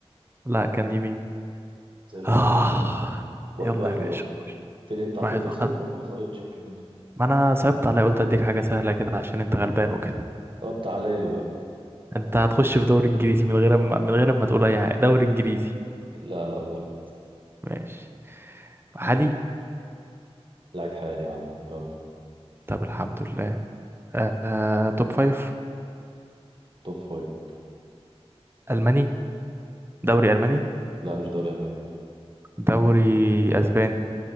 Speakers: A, on the right; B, on the right.
A: لأ كان يمين
B: زي الفل
A: آه
B: واحد
A: يلا
B: واحد
A: يا باشا
B: يابا
A: خش.
B: قلت لي انت هتفضل
A: واحد واحد
B: صفر وما حصلتش الكلام ده
A: ما أنا صعبت عليا قلت أديك حاجة سهلة كده عشان أنت غلبان وكده
B: طب تعالى لي بقى
A: انت هتخش في دوري انجليزي من غير ما من غير ما تقول اي حاجه دوري انجليزي
B: لا لا غلط
A: ماشي محلي
B: لعيب حالي يا عم يلا
A: طب الحمد لله آه... توب فايف
B: توب فايف
A: الماني دوري الماني
B: لا مش دوري الماني
A: دوري اسباني